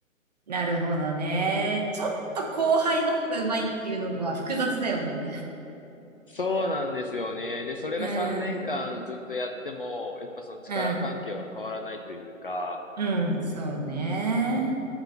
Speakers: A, on the right; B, on the left.
A: なるほどね。ちょっと後輩の方がうまいっていうのは複雑だよね。
B: そうなんですよね。で、それが3年間ずっとやっても、
A: <laughs> うん、
B: やっぱその力関係は変わらないというか、
A: うん、うん、そうね。